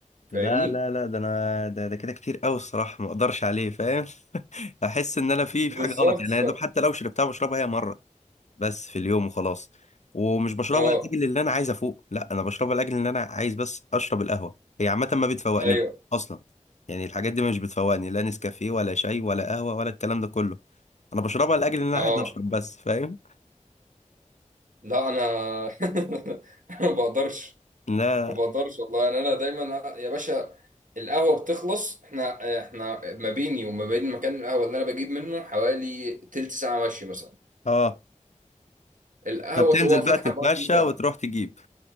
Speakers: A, on the right (about 85°); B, on the left (about 60°).
A: فاهمني
B: لا لا لا ده انا ده, ده كده كتير قوي الصراحه ما اقدرش عليه فاهم <laughs> احس ان انا في
A: بالظبط
B: في حاجه غلط يعني انا يا
A: ف-
B: دوب حتى لو شربتها بشربها هي مره بس في اليوم وخلاص ومش بشربها
A: اه
B: لاجل اللي انا عايز افوق لا انا بشربها لاجل ان انا عايز بس اشرب القهوه هي عامه ما بتفوقنيش
A: ايوه
B: اصلا يعني الحاجات دي مش بتفوقني لا نسكافيه ولا شاي ولا قهوه ولا الكلام ده كله انا بشربها لاجل ان انا
A: اه
B: عايز اشرب بس فاهم
A: لا انا <laughs> أنا ما بقدرش
B: لا
A: ما بقدرش والله يعني انا دايما يا باشا القهوه بتخلص احنا احنا ما بيني وما بين مكان القهوه اللي انا بجيب منه حوالي تلت ساعه مشي مثلا
B: اه
A: القهوه
B: طب تنزل
A: هو فاتح
B: بقى تتمشى
A: 24 ساعه
B: وتروح تجيب